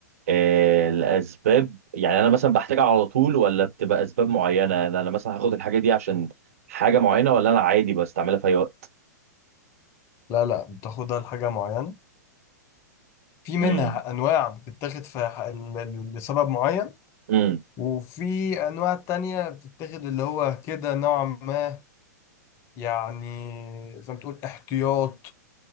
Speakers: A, on the right (about 55°); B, on the left (about 30°).
A: آه، الاسباب يعني انا مثلا بحتاجها على طول ولا بتبقى اسباب معينه انا أنا مثلا هاخد الحاجه دي عشان حاجه معينه ولا انا عادي بستعملها في اي وقت
B: لا لا بتاخدها لحاجة معينة في منها
A: امم
B: أنواع بتتاخد في ح- ال- ال- لسبب معين
A: امم
B: وفي أنواع تانية بتتاخد اللي هو كده نوع ما يعني زي ما تقول احتياط